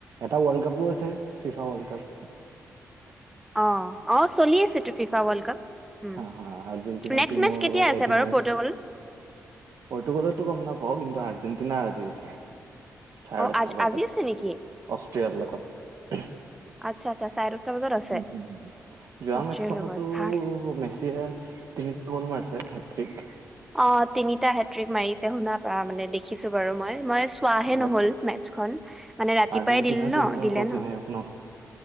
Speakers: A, on the right; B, in the centre.
A: এটা ৱৰ্ল্ড কাপো আছে ফিফা ৱৰ্ল্ড কাপ।
B: অহ - অহ চলি আছেটো ফিফা ৱৰ্ল্ড কাপ। উম
A: হা-হা আৰ্জেন্টিনা
B: নেক্সট
A: টীমৰো
B: মেচ কেতিয়া আছে
A: অধিনায়ক।
B: বাৰু পৰ্টুগল
A: পৰ্টোগলৰটো গম নাপাও, কিন্তু আৰ্জেণ্টিনাৰ আজি আছে। চাৰে
B: অ
A: দছটা
B: আজ
A: বজাত
B: আজি আছে নেকি
A: অষ্ট্ৰিয়াৰ লগত।
B: আচ্ছা আচ্ছা চাৰে দহটা বজাত আছে
A: উম - উম যোৱা
B: অষ্ট্ৰেলিয়াৰ
A: মেচখনতো
B: লগত ভাল
A: মেচিয়ে তিনিটা গ'ল মাৰছে। ঠিক
B: অহ, তিনিটা হেত্ৰিক মাৰিছে শুনা পা মানে দেখ খিছো বাৰু মই -মই চোৱাহে
A: তেখেত
B: নহল মেথছখন মানে ৰাতিপুৱাই
A: আৰ্জেণ্টিনা
B: দিল
A: টিমৰ
B: ন দিলে
A: অধিনায়ক
B: ন'।